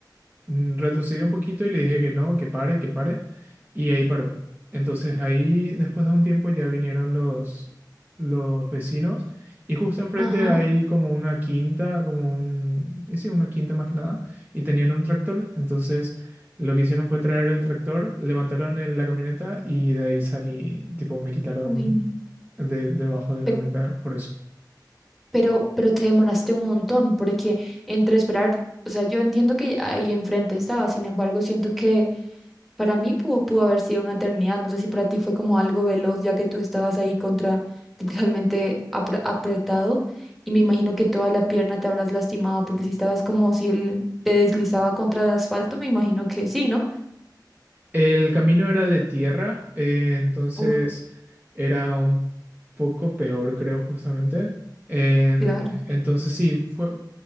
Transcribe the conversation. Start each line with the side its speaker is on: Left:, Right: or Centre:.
Right: mm, retrocedió un poquito y le dije que no, que pare, que pare, y ahí paró. Entonces ahí, después de un tiempo, ya vinieron los, los vecinos y justo enfrente
Centre: Ajá.
Right: hay como una quinta, como un, eh, sí, una quinta más que nada, y tenían un tractor. Entonces lo que hicieron fue traer el tractor, levantaron el- la camioneta y de ahí salí, tipo, me quitaron
Centre: Uy, no.
Right: de, debajo de la
Centre: Pe-
Right: camioneta por eso.
Centre: pero, pero te demoraste un montón, porque entre esperar, o sea, yo entiendo que ahí enfrente estaba, sin embargo, siento que para mí pudo, pudo haber sido una eternidad. No sé si para ti fue como algo veloz, ya que tú estabas ahí contra literalmente apre- apretado, y me imagino que toda la pierna te habrás lastimado, porque si estabas como si él te deslizaba contra el asfalto, me imagino que sí, ¿no?
Right: El camino era de tierra, eh, entonces
Centre: Uf,
Right: era un poco peor, creo, justamente. En-
Centre: claro.
Right: entonces sí, fue,